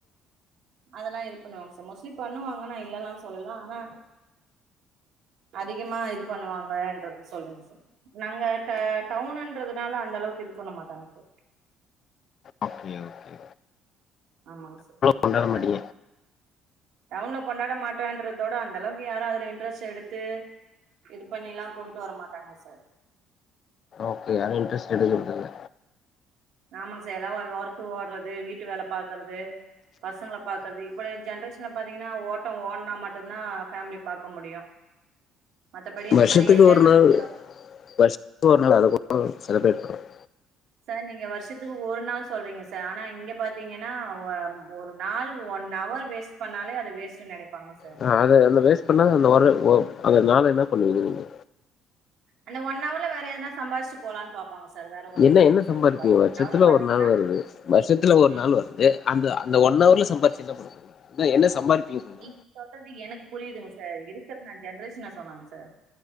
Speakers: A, on the right; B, on the left.
A: அதெல்லா இது பண்ணுவாங்க சார் மோஸ்லி பண்ணுவாங்க நா இல்லேன்னுல்லா சொல்லலே ஆனா அதிகமா இது பண்ணுவாங்கன்றது சொல்லுங்க சார் நாங்க ட டவுனுன்றதுனால அந்த அளவுக்கு இது பண்ண மாட்டங்க சார்
B: ஓகே ஓகே
A: ஆமாங்க சார்
B: கொண்டாட
A: நெறைய
B: மாட்டீங்க
A: டவுன்ல கொண்டாட மாட்டோன்றத விட அந்த அளவுக்கு யாரு அதுல இன்ட்ரெஸ்ட் எடுத்து இது பண்ணில்லா கொண்ட்டு வர மாட்டாங்க சார்
B: ஓகே யாரும் இன்டரெஸ்ட் எடுக்கிறதில்ல
A: ஆமாங்க சார் எல்லா ஒர்க்கு ஓடுறது வீட்டு வேலை பாக்குறது பசங்களப் பாக்குறது இப்புடி ஜென்ரேஷன்ல பாத்தீங்கன்னா ஓட்டம் ஓடுனா மட்டுந்தான் ஃபேமிலி பாக்க முடியு மத்தபடி இந்த
B: வர்ஷத்துக்கு
A: மாரி என்ஜாய்மெண்ட்
B: ஒரு நாள் வர்ஷத்துக்கு ஒரு நாள் வர்ஷத்துக்கு ஒரு நாள் அதக் கொண்டாட செலிப்ரேட் பண்ணணு
A: சார் நீங்க வருஷத்துக்கு ஒரு நாள் சொல்றீங்க சார் ஆனா இங்க பாத்தீங்கன்னா வ ஒரு நாள் ஒன் ஹவர் வேஸ்ட் வேஸ்ட் பண்ணாலே அது வேஸ்ட்டுன்னு நெனைப்பாங்க சார்
B: ஹ அத அதுல வேஸ்ட் பண்ணா அந்த வர்ற அந்த நாள்ல என்ன பண்ணுவீங்க நீங்க
A: அந்த ஒன் ஹவர்ல வேற எதுனா சம்பாரிச்சுட்டு போலான்னு பாப்பாங்க சார் வேற ஒண்ணுமில்லைங்க
B: என்ன என்ன சம்பாதிப்பீங்க
A: சார்
B: வர்ஷத்துல
A: ஒன் ஹவர்ல பாத்தீங்கன்னா
B: ஒரு நாள் வருது வர்ஷத்துல ஒரு
A: ம்
B: நாள் வருது அந்த அந்த ஒன் ஹவர்ல சம்பாதிச்சு என்ன பண்ணப் போறீங்க என்ன என்ன சம்பாதிப்பீங்க சொல்லுங்க
A: நீங்க சொல்றது எனக்கு புரியுதுங்க சார் இருக்குற நா ஜென்ரேஷன சொன்னேங்க சார்